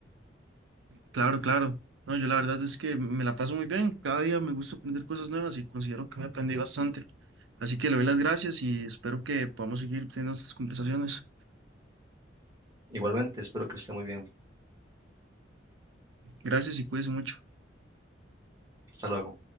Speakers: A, on the right; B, on the right.
A: Claro, claro. No, yo la verdad es que me la paso muy bien. Cada día me gusta aprender cosas nuevas y considero que me aprendí bastante. Así que le doy las gracias y espero que podamos seguir teniendo estas conversaciones.
B: Igualmente, espero que esté muy bien.
A: Gracias y cuídese mucho.
B: Hasta luego.